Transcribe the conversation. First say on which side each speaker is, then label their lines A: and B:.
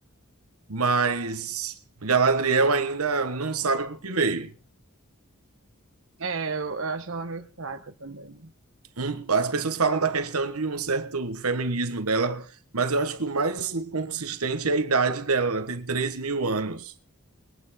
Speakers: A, on the right; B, on the right.
A: mas Galadriel ainda não sabe por que veio.
B: É, eu, eu acho ela meio fraca também.
A: Um- as pessoas falam da questão de um certo feminismo dela, mas eu acho que o mais inconsistente é a idade dela, ela tem três mil anos.